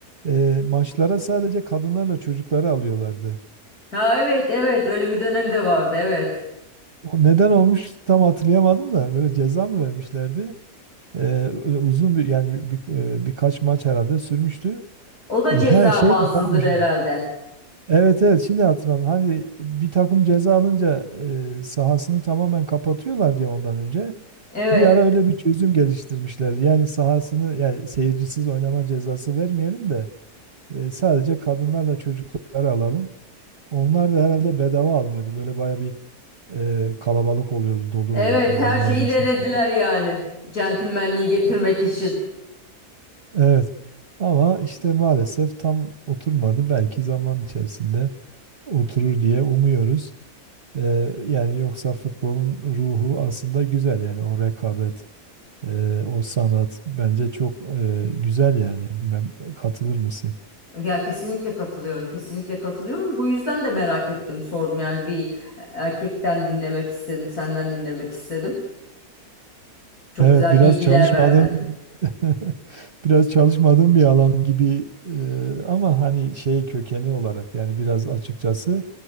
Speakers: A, on the right; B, on the left.
A: E, maçlara sadece kadınlarla çocukları alıyorlardı.
B: Ha evet, evet. Öyle bir dönem de vardı, evet.
A: O neden olmuş tam hatırlayamadım da böyle ceza mı vermişlerdi? E, öyle uzun bir yani bir, bir- e, birkaç maç herhalde sürmüştü.
B: O da
A: E,
B: ceza
A: ha şey
B: bazlıdır
A: tamam şey.
B: herhalde.
A: Evet evet şimdi hatırladım. Hani bir takım ceza alınca e, sahasını tamamen kapatıyorlar diye ondan önce
B: Evet.
A: bir ara öyle bir çözüm geliştirmişlerdi. Yani sahasını yani seyircisiz oynama cezası vermeyelim de e, sadece kadınlarla çocukları alalım. Onlar da herhalde bedava alınıyordu. Böyle baya bir e, kalabalık oluyordu, dolu
B: Evet,
A: oluyordu böyle
B: her
A: onların
B: şeyi
A: sesi.
B: denediler yani. Centilmenliği getirmek
A: E,
B: için.
A: Evet. Ama işte maalesef tam oturmadı. Belki zaman içerisinde oturur diye umuyoruz. Ee, yani yoksa futbolun ruhu aslında güzel yani o rekabet, e, o sanat bence çok e, güzel yani. Bilmem katılır mısın?
B: Ya kesinlikle katılıyorum. Kesinlikle katılıyorum. Bu yüzden de merak ettim, sordum. Yani bir erkekten dinlemek istedim, senden dinlemek istedim. Çok
A: Evet
B: güzel
A: biraz
B: bilgiler
A: çalışmadım.
B: verdin.
A: <laughs> Biraz çalışmadığım bir alan gibi e, ama hani şey kökeni olarak yani biraz açıkçası